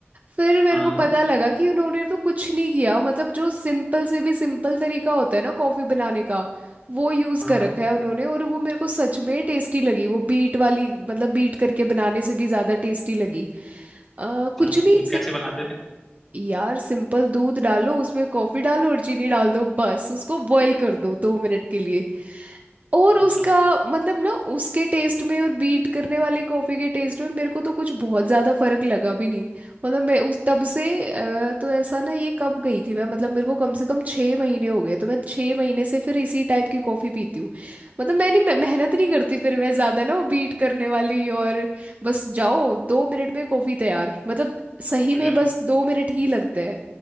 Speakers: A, on the right (about 35°); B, in the centre.
A: फिर मेरे
B: हाँ
A: को पता लगा कि उन्होंने तो कुछ नहीं किया मतलब जो सिंपल से भी सिंपल तरीका होता है ना कॉफ़ी बनाने का वो यूज़
B: हाँ
A: कर
B: हाँ
A: रखा
B: हाँ।
A: है उन्होंने और वो मेरे को सच में टेस्टी लगी वो बीट वाली मतलब बीट करके बनाने से भी ज़्यादा टेस्टी लगी अ,
B: अच्छा
A: कुछ नहीं
B: वो कैसे बनाते थे
A: यार सिंपल दूध डालो उसमें कॉफी डालो और चीनी डाल दो बस उसको बॉईल कर दो दो मिनट के लिए और
B: अच्छा
A: उसका मतलब ना उसके टेस्ट में और बीट करने वाली कॉफ़ी के टेस्ट में मेरे को तो कुछ बहुत ज़्यादा फर्क लगा भी नहीं मतलब मैं उस तब से अ, तो ऐसा ना ये कब गई थी मैं मतलब मेरे को कम से कम छः महीने हो गए तो मैं छः महीने से फिर इसी टाइप की कॉफ़ी पीती हूँ मतलब मैं नहीं मैं मेहनत नहीं करती फिर मैं ज़्यादा ना वो बीट करने वाली और बस जाओ दो मिनट में कॉफ़ी तैयार मतलब सही
B: अगर
A: में बस दो मिनट ही लगते हैं